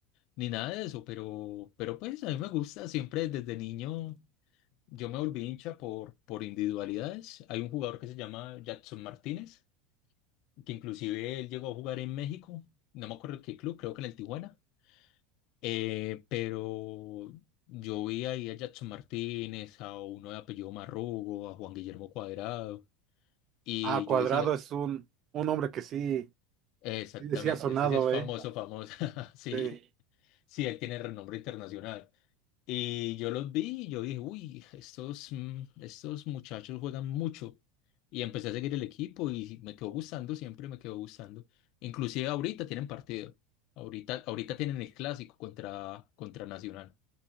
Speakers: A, on the left (about 55°); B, on the right (about 40°).
A: ni nada de eso, pero, pero pues a mí me gusta, siempre desde niño yo me volví hincha por, por individualidades. Hay un jugador que se llama Jackson Martínez, que inclusive él llegó a jugar en México, no me acuerdo en qué club, creo que en el Tijuana. Eh, pero yo vi ahí a Jackson Martínez, a uno de apellido Marrugo, a Juan Guillermo Cuadrado. Y
B: Ah, Cuadrado
A: yo decía,
B: es un, un nombre que sí,
A: exactamente,
B: sí ha sonado,
A: ese sí es famoso,
B: ¿eh?
A: famoso <laughs> sí,
B: Sí.
A: sí, él tiene renombre internacional. Y yo los vi y yo dije, uy, estos, mm, estos muchachos juegan mucho. Y empecé a seguir el equipo y me quedó gustando, siempre me quedó gustando. Inclusive ahorita tienen partido. Ahorita, ahorita tienen el clásico contra, contra Nacional.